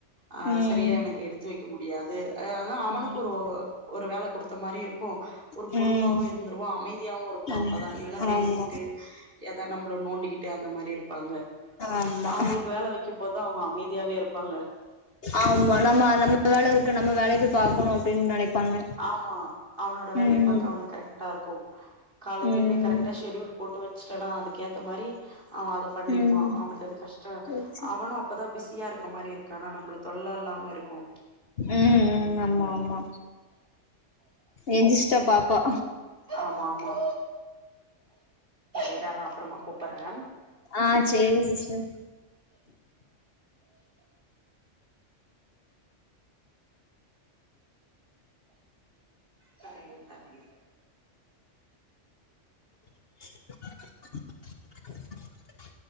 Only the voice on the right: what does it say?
அ
சரியா எனக்கு எடுத்து வைக்க முடியாது ஆ அதான் அவனுக்கு
ஒரு ஒரு வேல குடுத்த மாரி இரு க்கு ஒரு
பொறுப்பாவு இருந்துருவா அமைதியாவு இருப்பா
அப்பதா இல்லன்னா பேசிக்கிட்டு
எதா நம்ள நோண்டிக்கிட்டு அந்த மாரி இரு ப்பாங்க
அவங்களுக்கு வேல வைக்கு போதுதா அவங்க அமைதியாவே இருப்பாங்க
ஆமா அவனோட வேலைய
பாக்க அவனுக்கு கரெக்டா இருக்கு காலைலயுமே
கரெக்டா ஷெடியூல் போட்டு வச்டனா அதுக்கேத்த மாறி அவ அத பண்ணிப்பா
அவனுக் அது கஷ்ட
அவனு அப்பதா பிஸியா இருக்க மாரி இருக்கா ஆனா நம்ள தொல்ல இல்லாம இருக்கு
ஆமா ஆமா இடா நா அப்றமா கூப்பறே
தரே இரு தரே இரு